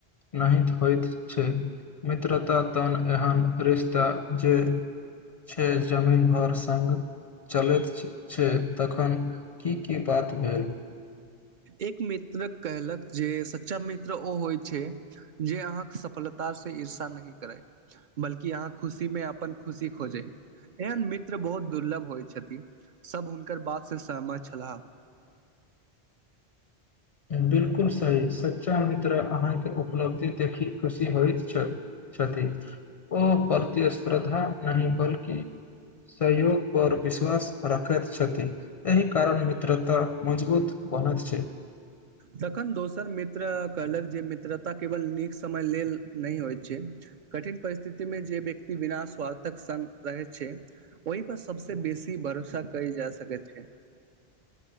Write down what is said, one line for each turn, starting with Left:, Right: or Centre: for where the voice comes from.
Left: न होइत छै मित्रता तन एहन रिश्ता जे छै जमीन भर सग चलैत छै तखन की की बात भेल
Right: एक मित्र कहलक जे सच्चा मित्र ओ होइ छै जे अहाँके सफलता से ईर्षा नहिह करै बल्कि अहाँ खुशीमे अपन खुशी खोजै एहन मित्र बहुत दुर्लभ होइ छथिन सब हुनकर बात से सहमत छलाह
Left: बिलकुल सही सच्चा मित्र अहाँके उपलब्धि देखि खुशी होइतत छै छथि ओ परति श्रद्धा नहि बल्कि सहयोग पर विश्वास राखैत छथि एहि कारण त तऽ मजबूत बनत छै
Right: तखन दोसर मित्र कहलक जे मित्रता केवल नीक समय लेल नहि होइत छै कठिन परिस्थितिमे जे व्यक्ति बिना स्वार्थक संग रहै छै ओहि पर सबस बेसी भरोसा कल जा सकैत छै